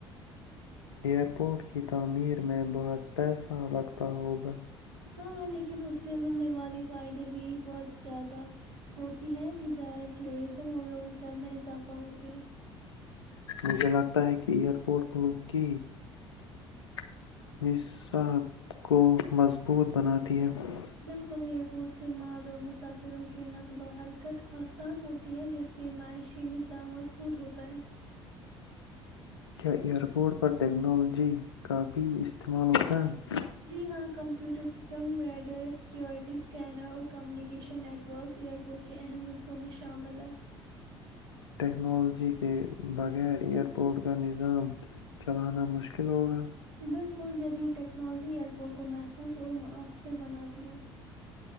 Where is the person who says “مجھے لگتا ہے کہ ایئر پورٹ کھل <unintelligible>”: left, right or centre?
Left